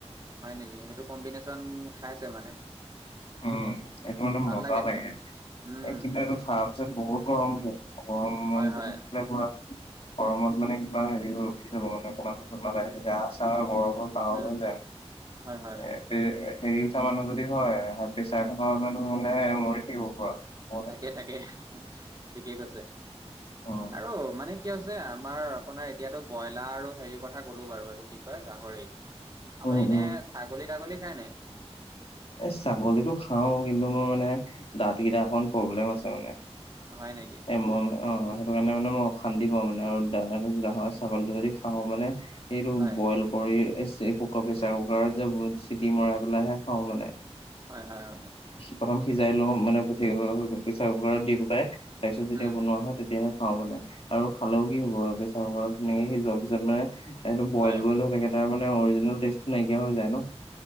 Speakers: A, on the right (about 35°); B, on the left (about 60°).
A: হয় নেকি, সেইটো কম্বিনেছন খাইচো মানে।
B: উম, সেটো মানে
A: ভাল
B: মজা লাগে
A: আকৌ উম
B: এই কিন্তু খোৱাৰ পিছত বহুত গৰম উঠে। <unintelligible>
A: হয় হয়
B: গৰমত মানে কিবা হেৰি হৈ উঠি যাব মানে অকণমান কবা আহ গা চা গৰমত আও
A: উম
B: <unintelligible>
A: হয় হয়
B: হেৰি উঠা মানুহ যদি হয় হাই প্ৰেচাৰ থকা মানুহ হলে মৰি থাকিব পৰা
A: থাকে, থাকে ঠিকে কৈছে
B: উম।
A: আৰু মানে কি যে আমাৰ আপোনাৰ এতিয়াতো ব্ৰইলাৰ আৰু হেৰি কথা ক'লো বাৰু এইটো কি কয় গাহৰি আপুনি
B: উম,
A: এনে
B: উম,
A: ছাগলী তাগলী খায়নে?
B: এ ছাগলীটো খাও কিন্তু মোৰ মানে দাঁত কেইটা অকণ প্ৰব্লেম আছে মানে
A: হয় নেকি।
B: মই অ, ' সেইটো কাৰণে মানে অশান্তি পাওঁ মানে আৰু গাহৰী ছাগলীটো যদি খাওঁ মানে সেটো
A: হয়
B: বইল কৰি কুকাৰ প্ৰেচাৰ কুকাৰত যে চিটি মৰাই পেলাইহে খাওঁ মানে
A: হয়, হয়, হয়।
B: প্ৰথম সিজাই লওঁ মানে প্ৰেচাৰ কুকাৰত দি পেলাই তাৰ পিছত যেতিয়া
A: উম
B: বনোৱা হয় তেতিয়াহে খাওঁ মানে। আৰু খালেও কি হ'ব প্ৰেচাৰ কুকাৰ তেনেকে সিজোৱাৰ পিছত মানে সেইটো বইল,
A: হয়
B: বইল হৈ থাকে। তাৰ মানে অৰিজিনেল টেষ্টটো নাইকিয়া হৈ যায় ন।